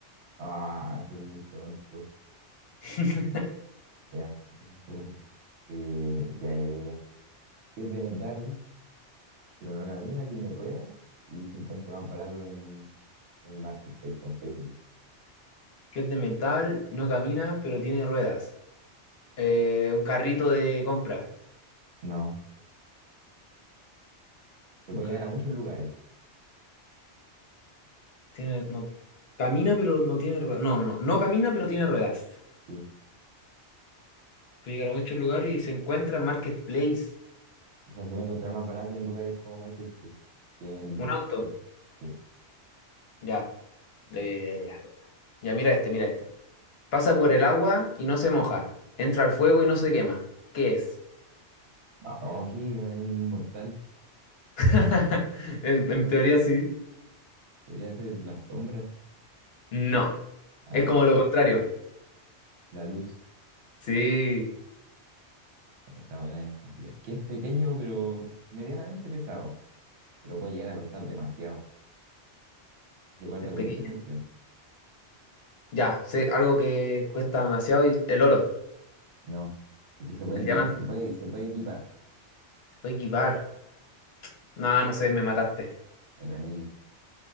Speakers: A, on the right; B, on the left.
A: ah, soy muy tonto.
B: <laughs>
A: Ya, deja hacer otro. Eh, ya, ya, ya, ya. Es de metal, pero no camina, tiene ruedas y se encuentra más barato en en Marketplace o en Facebook.
B: Que es de metal, no camina, pero tiene ruedas. Eh, un carrito de compra.
A: No, se puede
B: Un ca-
A: llevar a muchos lugares.
B: tiene, no, camina, pero no tiene ruedas. No, no, no. No camina, pero tiene ruedas.
A: Sí,
B: Puede llegar a muchos lugares y se encuentra en Marketplace.
A: o sea, se puede encontrar más barato en lugares como Marketplace que en.
B: Un auto.
A: Sí.
B: Ya, ya, ya, ya. Ya, Ya, mira este, mira este. Pasa por el agua y no se moja. Entra al fuego y no se quema. ¿Qué es?
A: No, aquí es un inmortal.
B: <laughs> En, en teoría sí.
A: Podría ser la sombra,
B: No,
A: ah,
B: es como lo contrario.
A: la luz.
B: Sí,
A: Está buena esa. Ya. Que es pequeño, pero medianamente pesado. Pero puede llegar a costar demasiado. Y se guarda
B: es
A: con
B: pequeño.
A: mucha tensión.
B: Ya, sé algo que cuesta demasiado y el oro,
A: No. Porque se puede
B: el
A: equipar,
B: diamante.
A: se puede, se puede equipar
B: Se puede equipar. No, no sé, me mataste.
A: el anillo.